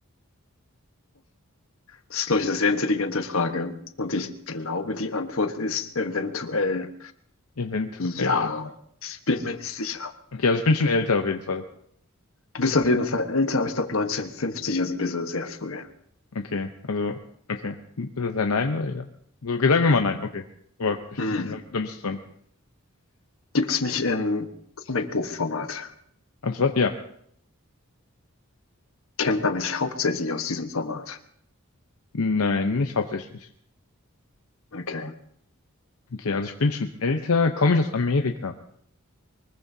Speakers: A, on the left; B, on the left.
A: Das ist, glaube ich, eine sehr intelligente Frage. Und ich glaube, die Antwort ist eventuell
B: Eventuell.
A: ja. Ich bin mir nicht sicher.
B: Okay, also ich bin schon älter auf jeden Fall.
A: Du bist auf jeden Fall älter, aber ich glaube 1950 ist ein bisschen sehr früh.
B: Okay. Also, okay. Ist das ein Nein oder ja? So, okay, sagen wir mal nein. Okay. Aber bestehen.
A: Hm.
B: Okay, dann dann bist du dran.
A: Gibt es mich in Comicbuchformat?
B: Also, was? ja.
A: Kennt man mich hauptsächlich aus diesem Format?
B: Nein, nicht hauptsächlich.
A: Okay.
B: Okay, also ich bin schon älter, komme ich aus Amerika.